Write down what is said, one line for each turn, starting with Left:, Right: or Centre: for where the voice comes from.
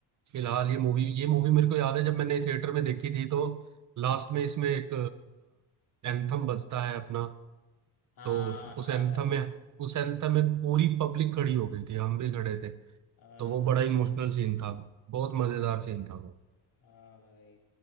Right: फिलहाल ये मूवी ये मूवी मेरे को याद है जब मैंने थिएटर में देखी थी तो लास्ट में इसमें एक एंथम बजता है अपना
Left: हाँ
Right: तो उस उस
Left: हाँ
Right: एंथम
Left: भाई
Right: में उस एंथम में पूरी पब्लिक खड़ी हो गई थी हम भी खड़े थे
Left: हाँ
Right: तो वो
Left: भाई
Right: बड़ा इमोशनल सीन था बहुत
Left: हाँ
Right: मजेदार
Left: भाई
Right: सीन था वो
Left: हाँ भाई